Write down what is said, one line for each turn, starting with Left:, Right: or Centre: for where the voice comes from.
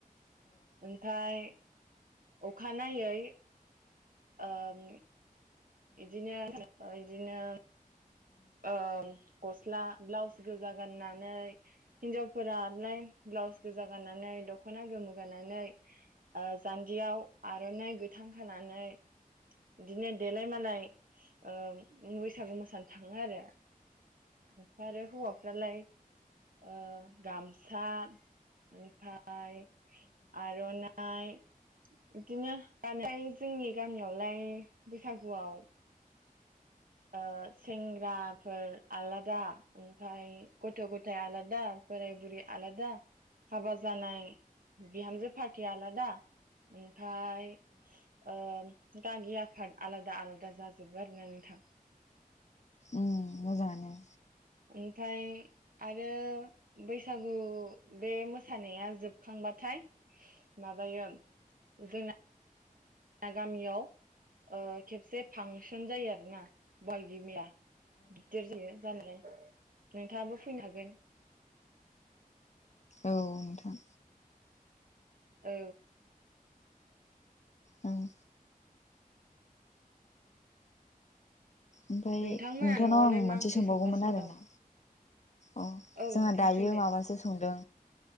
Right: ओमफ्राय अखानायै ओम इदिनो-इदिनो। ओ गस्ला ब्लाउस गोजा गाननानै हिन्जावफोरालाय। ब्लाउस गोजा गाननानै दख'ना गोमो गाननानै ओ जान जियाव आर'नाइ गोथां खानानै। बिदिनो देलाय मालाय ओ बैसागु मोसानो थाङो आरो। ओमफ्राय आरो हौवाफ्रालाय ओ गामसा ओमफा फाय आर'नाइ बिदिनो जोंनि गामि आवलाय बैसागुआव। ओ सेंग्राफोर आलादा। ओमफ्राय गथ' गथायाइ आलादा बोराय बुरै आलादा हाबा जानाय बिहामजो पार्टि आलादा ओमफ्राय ओ गागि आफाद आलादा आलादा जाजोबो आरोना नोंथां।
Left: उम मोजाङानो।
Right: ओमफ्राय आरो बैसागु बे मोसानाया जोब खांबाथाय माबायो जोंना गामियाव ओ खेबसे फांसन जायो आरोना बहागि मिया। गिदिर जायो जानायालाय नोंथाङाबो फैनो हागोन।
Left: औ नोंथां।
Right: औ।
Left: उम। ओमफ्राय
Right: नोंथांमोना
Left: नोंथांनाव
Right: न'आवलाय
Left: आं मोनसे
Right: मा ओंख्रि
Left: सोंबावगौमोन
Right: संगासिनो
Left: आरोना।
Right: दं
Left: अ
Right: औ
Left: जोंहा
Right: नोंथां
Left: दायो
Right: सों
Left: माबासो
Right: दे
Left: संदों